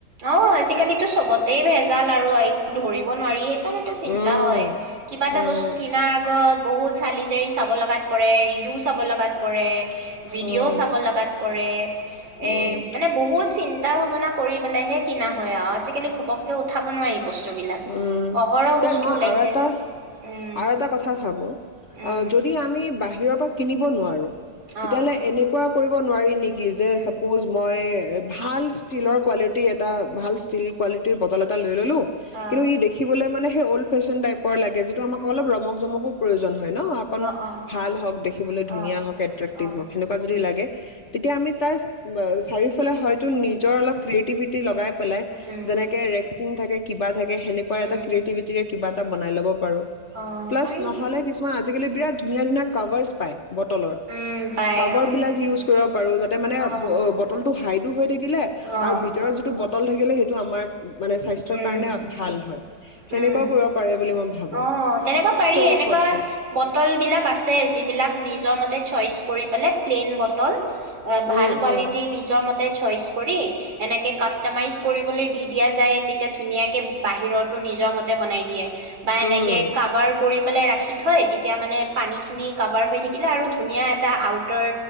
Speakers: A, on the right; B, on the left.
A: অ' আজিকালিতো চবতে ভেজাল ভেজাল আৰু একো ধৰিব নোৱাৰি। সেইকাৰণেইটো চিন্তা
B: উম
A: হয় কিবা এটা
B: উম
A: বস্তু কিনাৰ আগত বহুত চালি জাৰি চাব লগাত পৰে ৰেনুয়ো চাব লগাত পৰে। ভিডিঅ'
B: উম
A: চাব লগাত পৰে এ
B: উম
A: মানে বহুত চিন্তা। চিন্তা ভাৱনা কৰি পালেহে কিনা হয় আৰু আজিকালি ঘপককে উঠাব নোৱাৰি বস্তু বস্তুবিলাক
B: উম
A: অহৰহ
B: দেই মই
A: ওলাইছে
B: আৰু এটা
A: যে। উম,
B: আৰু এটা কথা ভাবো
A: উম,
B: অ যদি আমি বাহিৰ বাহিৰৰ পৰা কিনিব নোৱাৰোঁ।
A: অ',
B: তেতিয়াহলে এনেকুৱা, কৰিব নোৱাৰি নেকি? যে
A: উম,
B: চাপোজ মই, ভাল ষ্টিলৰ কোৱালিটি এটা ভাল ষ্টিল কোৱালিটিৰ বটল এটা লৈ ললো
A: অ',
B: কিন্তু ই দেখিবলৈ, মানে সেই অল্ড ফেশ্বন টাইপৰ লাগে যিটো আমাক অলপ ৰমক জমকো প্ৰয়োজন হয়। হয় ন অকন
A: অ', অ',
B: ভাল হওক দেখিবলৈ ধুনীয়া
A: অ'।
B: হওক এট্ৰেক্টিভ
A: অ',
B: হওক সেনেকুৱা যদি
A: উম,
B: লাগে তেতিয়া আমি তাৰ চাৰিওফালে হয়তো নিজৰ অলপ ক্ৰিয়েটিভিটি লগাই, পেলে
A: উম,
B: যেনেকে ৰেকচিং থাকে। কিবাযে সেনেকুৱা
A: উম,
B: এটা ক্ৰিয়েটিভিটিৰে কিবা এটা বনাই ল'ব পাৰো।
A: অ',
B: প্লাচ
A: পাৰি।
B: নহলে কিছুমান আজিকালি বিৰাট ধুনীয়া ধুনীয়া কাভাৰচ পায় বটলৰ।
A: উম, পাই
B: কভাৰ
A: অ',
B: বিলাক ইউজ কৰিব পাৰো যাতে মানে
A: অ',
B: বটলটোৰ হাইটো হৈ থাকিলে
A: অ',
B: ভিতৰৰ যিটো বটল কেলে সেইটো আমাৰ মানে স্বাস্থ্যৰ
A: উম,
B: কাৰণে
A: উম
B: ভাল হয় সেনেকুৱা
A: অ
B: কৰিব পাৰে বুলি মই ভাবো
A: তেনেকুৱা পাৰি
B: শ্ব'
A: এনেকুৱা
B: অফতকে
A: বটল বিলাক আছে যিবিলাক নিজৰ মতে তাইক চইচ কৰি পেলাই প্লেইন বটল এ ভাল
B: উম
A: কোৱালিটি
B: উম
A: নিজৰ মতে চইচ কৰি এনেকে কাষ্টমাইজ কৰিবলে দি দিয়া যায়। একে ধুনীয়াকে বাহিৰতো নিজৰ মতে বনাই দিয়ে বা এনেকে
B: উম
A: কাবাৰ কৰি পেলাই ৰাখি থয় তেতিয়া মানে পানীখিনি কভাৰ হৈ থাকিলে আৰু ধুনীয়া এটা আউটাৰ